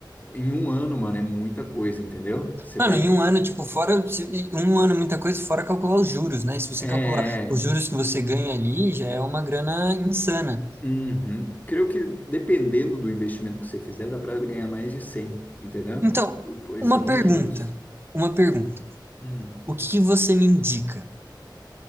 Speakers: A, on the left (about 20°); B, on the right (about 30°).
A: em um ano, mano, é muita coisa, entendeu? Você
B: Mano,
A: vai.
B: em um ano, tipo, fora, se- em um ano é muita coisa, fora calcular os juros, né? Se você
A: É.
B: calcular
A: é, é.
B: os juros que você ganha ali, já é uma grana insana.
A: Uhum. Creio que dependendo do investimento que você fizer, dá para ganhar mais de cem entendeu?
B: Então,
A: Pensando
B: uma pergunta,
A: nos juros.
B: uma pergunta.
A: Hum,
B: O que que você me indica?